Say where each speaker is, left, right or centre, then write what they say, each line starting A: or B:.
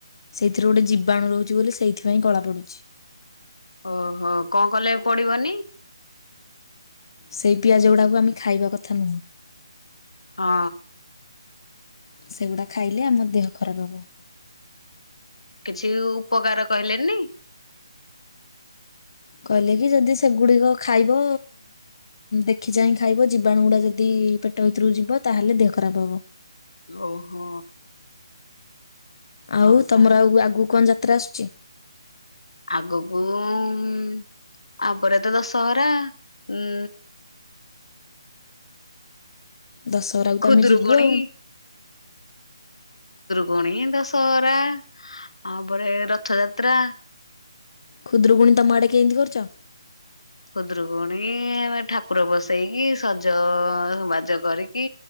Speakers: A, on the left; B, on the left.
A: ସେଇଥିରୁ ଗୋଟେ ଜୀବାଣୁ ରହୁଛି ବୋଲି ସେଇଥିପାଇଁ କଳା ପଡୁଚି।
B: ଓହୋ କଣ କଲେ ପଡିବନି?
A: ସେଇ ପିଆଜ ଗୁଡାକୁ ଆମେ ଖାଇବା କଥା ନୁହଁ।
B: ହଁ।
A: ସେଗୁଡା ଖାଇଲେ ଆମ ଦେହ ଖରାପ ହବ।
B: କିଛି ଉପକାର କହିଲେନି।
A: କହିଲେ କି ଯଦି ସେଗୁଡିକ ଖାଇବ ଦେଖି ଚାହିଁ ଖାଇବ ଜୀବାଣୁ ଗୁଡା ଯଦି ପେଟ ଭିତରକୁ ଯିବ ତାହେଲେ ଦେହ ଖରାପ ହବ।
B: ଓହୋ।
A: ଆଉ
B: ହଉ ତା
A: ତମର ଆଉ ଆଗକୁ କଣ ଯାତ୍ରା ଆସୁଚି?
B: ଆଗକୁ ଉଁ ଆ ପରେ ତ ଦଶହରା ଉଁ
A: ଦଶହରାକୁ
B: ଖୁଦୁରୁକୁଣୀ
A: ତମେ ଯିବୁ ଆଉ।
B: ପୁଣି ଦଶହରା ଆ ପରେ ରଥଯାତ୍ରା
A: ଖୁଦ୍ରୁକୁଣୀ ତମ ଆଡ଼େ କେନ୍ତି କରୁଚ।
B: ଖୁଦରୁକୁଣୀ ଆମେ ଠାକୁର ବସେଇକି ସଜ ବାଜ କରିକି